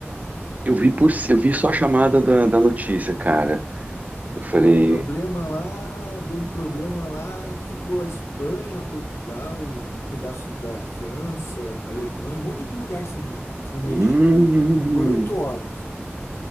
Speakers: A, on the right; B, on the left.
A: Eu vi por, ci- eu vi só a chamada da, da notícia, cara. Eu falei,
B: Deu um problema lá, deu um problema lá, ficou a Espanha, Portugal, um pedaço da França, da Alemanha, um monte de lugar sem, sem energia.
A: hum,
B: Por oito horas.